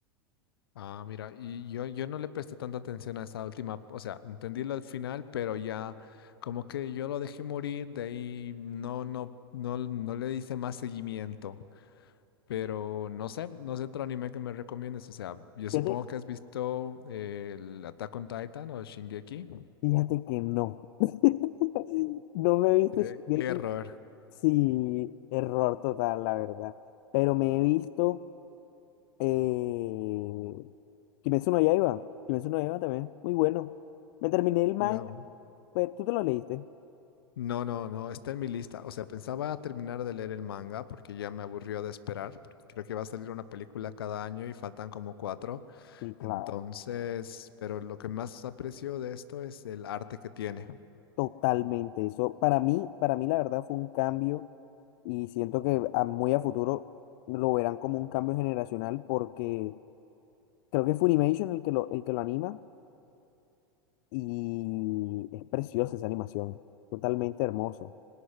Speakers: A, on the left; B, on the left.
A: Ah, mira, y yo, yo no le presté tanta atención a esa última, o sea, entendí lo al final, pero ya como que yo lo dejé morir, de ahí no, no, no, no le hice más seguimiento. Pero no sé, no sé otro anime que me recomiendes. O sea, yo
B: Fíjate,
A: supongo que has visto eh, el Attack on Titan o Shingeki.
B: fíjate que no. <laughs> No me he visto
A: Qué,
B: Shingeki,
A: qué error.
B: sí, error total, la verdad. Pero me he visto Eh, Kimetsu no Yaiba. Kimetsu no Yaiba también. Muy bueno. Me terminé el manga.
A: Yo,
B: pues, ¿Tú te lo leíste?
A: no, no, no, está en mi lista. O sea, pensaba terminar de leer el manga porque ya me aburrió de esperar, porque creo que va a salir una película cada año y faltan como cuatro.
B: Sí, claro.
A: Entonces, pero lo que más aprecio de esto es el arte que tiene.
B: Totalmente. Eso para mí, para mí la verdad fue un cambio y siento que a- muy a futuro lo verán como un cambio generacional porque creo que es Funimation el que lo, el que lo anima y es preciosa esa animación. Totalmente hermoso.